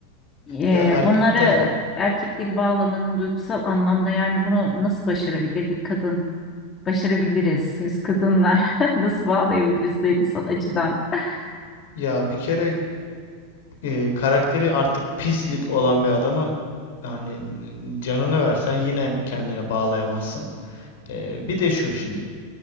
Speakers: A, on the left; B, on the left.
A: Ee,
B: ya erkekler
A: bunları erkekleri bağlamanın duygusal anlamda yani bunu nasıl başarabilir bir kadın? Başarabiliriz. Biz kadınlar <laughs> nasıl bağlayabiliriz duygusal açıdan? <laughs>
B: ya bir kere e, karakteri artık pislik olan bir adamı hani canını versen yine kendine bağlayamazsın. E, bir de şu şimdi.